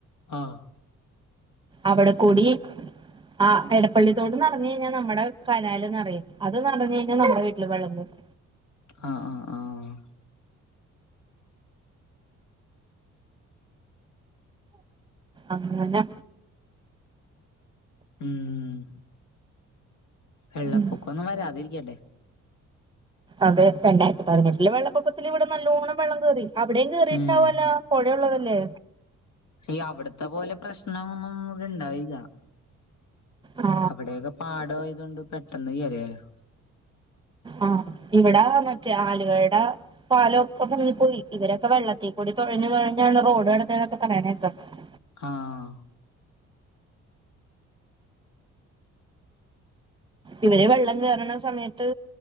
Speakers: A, on the left; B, on the right.
A: ആഹ്
B: അവടെ കൂടി ആഹ് എടപ്പള്ളിത്തോട് ന്നർഞ്ഞയ്ഞ്ഞാ നമ്മടെ കനാൽന്നറിം. അത് നറഞ്ഞഴിഞ്ഞാ നമ്മളെ വീട്ടില് വെള്ളം കേറും.
A: ആഹ് ആഹ് ആഹ്
B: അങ്ങനെ
A: ഉം വെള്ളപ്പൊക്കൊന്നും
B: ഉം
A: വരാതിരിക്കട്ടെ.
B: അതെ രണ്ടായിരത്തിപതിനെട്ടിലെ വെള്ളപ്പൊക്കത്തില് ഇവടെ നല്ലോണ്ണം വെള്ളം കേറി. അവടെ കേറിട്ടണ്ടാവല്ലോ
A: ഉം
B: പൊഴയുള്ളതല്ലേ?
A: ഇല്ല അവടത്തെ പോലെ പ്രശ്നൊന്നുവടെ ഇണ്ടാവില്ല.
B: ആ
A: അവടെയക്കെ പാടഒഴ്ക്ണ്ട് പെട്ടെന്ന് കേറിയല്ലോ.
B: ആഹ് ഇവടെ മറ്റേ ആലുവെടെ പാലൊക്കെ മുങ്ങിപ്പോയി. ഇവരക്കെ വെള്ളത്തിൽ കൂടി തൊഴഞ്ഞ് തൊഴഞ്ഞ്ന്നപ്പം റോഡ് <unintelligible>
A: ആഹ്
B: ഇവരെ വെള്ളം കേറ്ണ സമയത്ത്